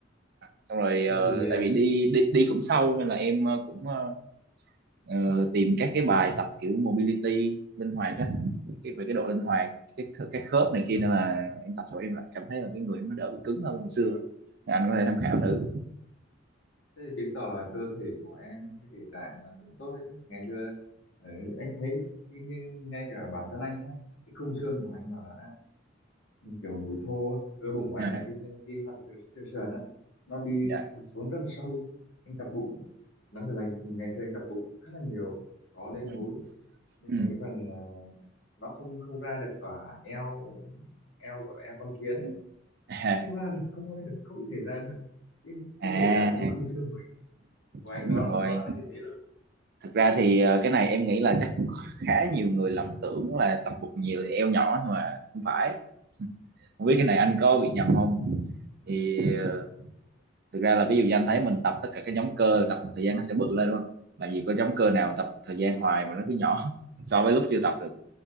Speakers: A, on the right (about 50°); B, on the left (about 85°).
A: xong rồi ờ,
B: thế thì
A: tại vì đi đi đi cũng sâu nên là em ờ, cũng ờ, ờ, tìm các cái bài tập kiểu mobility linh hoạt á cái về cái độ linh hoạt cái cái khớp này kia nên là em tập xong em lại cảm thấy là cái người em nó đỡ bị cứng hơn hồi xưa anh có thể tham khảo thử
B: ờ, Thế thì chứng tỏ là cơ thể của em cái thể trạng là cũng tốt đấy chứ. Ngày xưa ờ, anh thấy cái, cái, ngay cả bản thân anh á, cái khung xương của anh là đã kiểu người bị thô, á. cơ bụng của
A: à
B: anh là cái xương- cái phần xương xương sườn á nó đi
A: dạ
B: xuống rất là sâu. Anh tập bụng nói thật là ngày xưa anh tập bụng khá là nhiều, có lên
A: ừ.
B: múi nhưng
A: Ừ.
B: mà cái phần ờ, nó không không ra được cả eo eo eo con kiến ấy,
A: <laughs> à,
B: không ra được, không ra được, không thể ra được cái
A: à
B: cái thể trạng cái khung xương của anh của anh
A: đúng
B: nó
A: rồi
B: nó đã như thế rồi
A: thực ra thì ờ, cái này em nghĩ là chắc cũng khá nhiều người lầm tưởng là tập bụng nhiều thì eo nhỏ nhưng mà không phải không biết cái này anh có bị nhầm không thì ờ, thực ra là ví dụ như anh thấy mình tập tất cả các nhóm cơ tập một thời gian nó sẽ bự lên đúng không làm gì có nhóm cơ nào tập một thời gian hoài mà nó cứ nhỏ <laughs> so với lúc chưa tập được